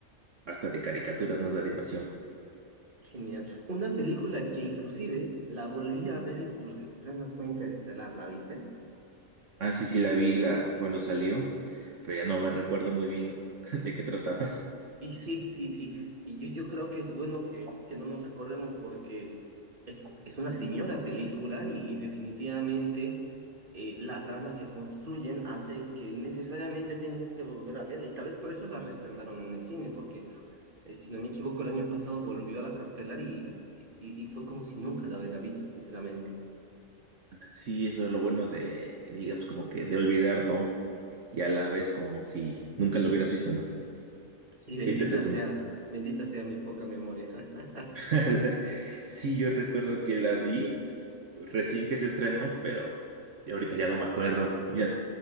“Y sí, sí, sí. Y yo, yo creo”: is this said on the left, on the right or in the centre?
Right